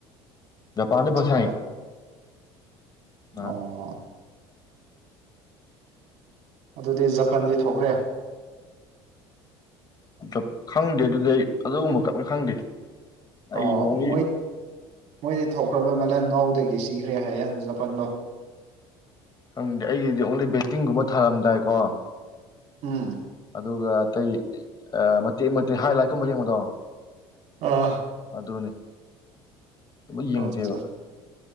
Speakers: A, on the left (about 35°); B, on the right (about 65°).
A: ꯄꯥꯟ
B: ꯑꯠꯆꯥ
A: ꯂ ꯁꯥꯏ ꯑ
B: ꯑꯣ ꯑꯗꯨꯗꯤ ꯖꯄꯟꯗꯤ ꯊꯣꯛꯈ꯭ꯔꯦ
A: ꯞ ꯈꯪꯗꯦ ꯑꯗꯨꯗꯤ ꯑꯩ ꯑꯗꯨꯒꯨꯝꯕ ꯀꯞꯅ ꯈꯪꯗꯦ ꯑꯩꯕꯂꯤ
B: ꯑꯣ ꯃꯣꯏ ꯃꯣꯏꯗꯤ ꯊꯣꯛꯈ꯭ꯔꯕꯩ ꯃꯂꯦ ꯅꯥꯎꯗꯒꯤ ꯁꯤꯈ꯭ꯔꯦ ꯍꯥꯏꯌꯦꯦ ꯖꯄꯟꯗꯣ
A: ꯍꯪꯗꯦ ꯑꯩꯒꯤꯗꯤ ꯑꯣꯡꯂꯤ ꯕꯦꯠꯇꯤꯡꯒꯨꯝꯕ ꯊꯥꯔꯝꯗꯥꯏꯀꯣ
B: ꯎꯝ
A: ꯑꯗꯨꯒ ꯑꯇꯩ ꯃꯇꯦꯛ ꯃꯇꯦꯛ ꯍꯥꯏ ꯂꯥꯏꯠꯀꯨꯝꯕ ꯌꯦꯡꯕꯗꯣ
B: ꯑ
A: ꯑꯗꯨꯅꯤ ꯑꯗꯨ ꯌꯦꯡꯗꯦꯕ
B: ꯑꯠꯆꯥ